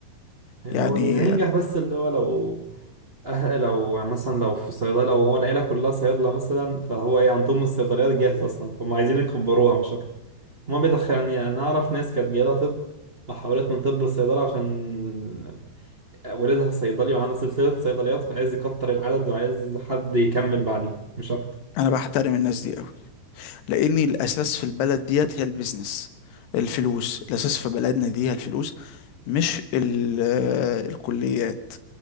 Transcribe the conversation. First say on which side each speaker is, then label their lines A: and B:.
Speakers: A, on the right; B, on the left.
A: يعني
B: يعني
A: هو اللي هينجح بس اللي هو لو أهل لو مثلا لو في صيدلة لو هو العيلة كلها صيادلة مثلا فهو ايه عندهم الصيدليات جاهزة أصلا فهم عايزين يكبروها مش أكتر هما بيدخل يعني أنا أعرف ناس كانت جايلها طب وحولت من طب لصيدلة عشان والدها صيدلي وعنده سلسلة صيدليات فعايز يكتر العدد وعايز حد يكمل بعديه مش أكتر
B: انا بحترم الناس دي قوي لان الاساس في البلد ديت هي البيزنس الفلوس الاساس في بلدنا دي هي الفلوس مش ال- آه، الكليات